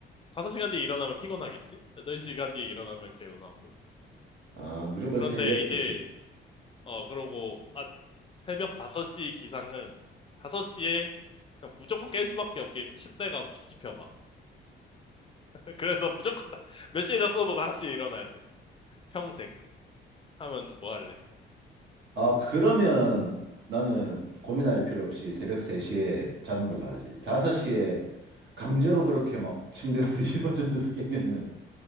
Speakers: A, on the left; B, on the right.
A: 5시간 뒤에 일어나면 피곤하겠지? 8시간 뒤에 일어나면 개운하고.
B: 아, 무조건
A: 그런데
B: 새벽
A: 이제,
B: 3시.
A: 어, 그러고, 아, 새벽 5시 기상은 5시에 그냥 무조건 깰 수밖에 없게 침대가 뒤집혀 막. <laughs> 그래서 무조건 다- 몇 시에 잤어도 5시에 일어나야 돼. 평생. 하면 뭐 할래?
B: 아, 그러면 나는 고민할 필요 없이 새벽 3시에 자는 걸로 하지. 5시에 강제로 그렇게 막 침대가 <laughs> 뒤집어지면서 깨면은